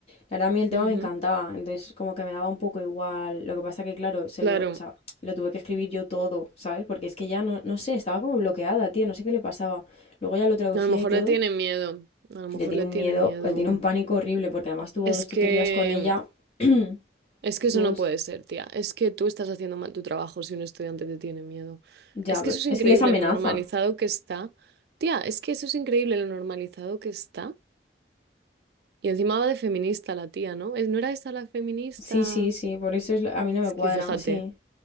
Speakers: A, on the left (about 35°); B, on the right (about 60°).
A: La verdad, a mí el tema
B: ujú.
A: me encantaba, entonces como que me daba un poco igual. Lo que pasa que, claro, se
B: Claro,
A: lo, o sea, lo tuve que escribir yo todo, ¿sabes? Porque es que ya no, no sé, estaba como bloqueada, tío, no sé qué le pasaba. Luego ya lo traducía
B: a lo mejor
A: y todo.
B: le tiene miedo, a lo mejor
A: Le tiene
B: le
A: un
B: tiene
A: miedo,
B: miedo.
A: él tiene un pánico horrible, porque además tuvo
B: Es
A: dos tutorías
B: que,
A: con ella. <clears throat>
B: es que eso
A: Tuvo
B: no
A: dos...
B: puede ser, tía. Es que tú estás haciendo mal tu trabajo si un estudiante te tiene miedo.
A: Ya,
B: Es
A: pero
B: que eso es increíble,
A: es que les amenaza.
B: lo normalizado que está. Tía, es que eso es increíble, lo normalizado que está Y encima va de feminista la tía, ¿no? Es- ¿No era esa la feminista?
A: Sí, sí, sí, por eso es la- a mí no
B: Es
A: me cuadra,
B: que fíjate,
A: sí.